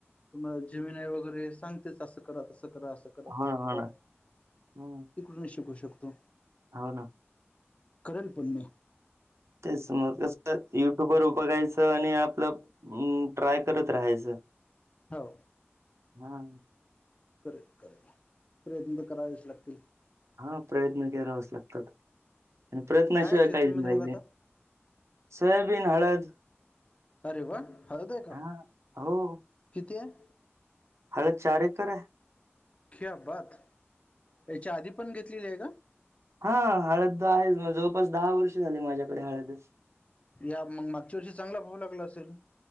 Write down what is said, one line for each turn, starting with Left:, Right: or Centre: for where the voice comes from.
Left: तुम्हाला
Right: हं.
Left: जमीन आहे वगैरे सांगतेच असं करा तसं करा असं.
Right: हो ना, हो
Left: रा
Right: ना. हं.
Left: तिकडून शिकू शकतो.
Right: हो ना.
Left: करलपणणे
Right: तेचमर कसं युट्यूब वर बघायचं आणि आपलं ट्राय करत राहायचं.
Left: हो.
Right: हा.
Left: करेल करेल प्रयत्न तर करावेच लागतील.
Right: हा प्रयत्न केरावाच लागतात आणि प्रयत्नाशिवाय
Left: काय शेतीमध्ये
Right: काहीच नाहीहिजे.
Left: मग आता
Right: सोयाबीन हळद
Left: अरे वा हळतय का
Right: हां. हो,
Left: किती आहे.
Right: हळद चारे कर आहे.
Left: खिबात याच्या आधी पण घेतलेली आहे का?
Right: हा हळद आहे म जवळपास दहा वर्ष झाले माझ्याकडे हळदच.
Left: या मग मागच्या वर्षी चांगला भाव लागला असेल.